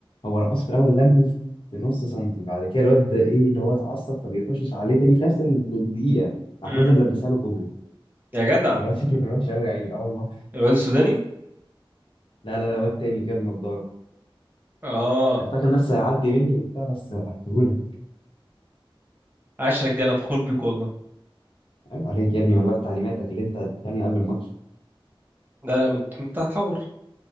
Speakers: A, on the left; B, on the right.
A: هو رقص في الاول لمه في نص سنتي بعد كده الواد ايه اللي هو اتعصب فبيخشش عليه تاني في نفس الدقيقه راح
B: امم
A: مازن لبسها له كوبري
B: يا جدع
A: الواد شكله كان وحش قوي يا عيني اه والله
B: الواد السوداني
A: لا لا لا واد تاني كده بنضاره
B: اه
A: كان فاكر نفسه هيعدي مني وبتاع بس وقفتهولك
B: عاش رجاله فخور بيك والله
A: عيب عليك يا ابني والله في تعليماتك اللي انت اديتها لنا قبل الماتش
B: لا لا من- انت هتحور